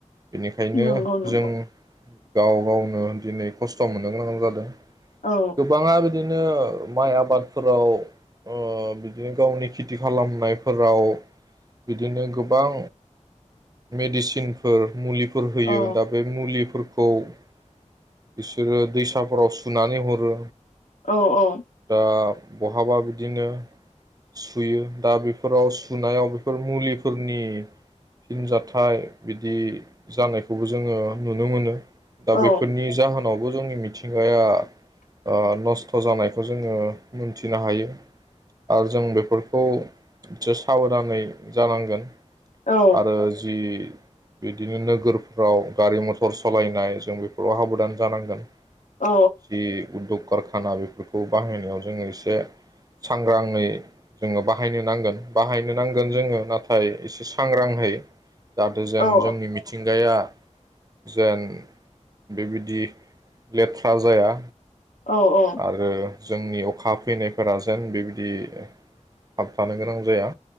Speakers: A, on the right; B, on the left.
A: बेनिखायनो
B: नंगौ नंगौ
A: जों गाव गावनो दिनै खस्थ' मोननो गोनां जादों
B: औ
A: गोबाङा बे बिदिनो माइ आबादफोराव ओ बिदिनो गावनि खेथि खालामनायफोराव बिदिनो गोबां मेडिसिनफोर मुलिफोर फोर होयो
B: औ
A: दा बे मुलिफोरखौ खौ बिसोरो दैसाफोराव सुनानै हरो
B: औ औ
A: दा बहाबा बिदिनो सुयो दा बेफोराव सुनायाव बेफोर मुलिफोरनि फिनजथाइ बिदि जानायखौबो जोङो नुनो मोनो दा
B: औ
A: बेफोरनि जाहोनाव बेखौ जोंनि मिथिंगाया ओ नस्थ' जानायखौ जोङो मोनथिनो हायो आरो जों बेफोर खौ एसे साबधानै जानांगोन
B: औ
A: आरो जि बिदिनो नोगोरफ्राव गारि मथर सलायनाय जों बेफोराव हाबदान जानांगोन
B: औ
A: जि उद्दग कारखाना बेफोरखौ बाहायनायाव जोङो एसे सांग्राङै जोङो बाहायनो नांगोन बाहायनो नांगोन जोङो नाथाय एसे सांग्राङै जाहाथे जेन
B: औ
A: जोंनि मिथिंगाया जेन बेबायदि लेथ्रा जाया
B: औ औ
A: आरो जोंनि अखा फैनायफोरा जेन बेबायदि थाबथानो गोनां जाया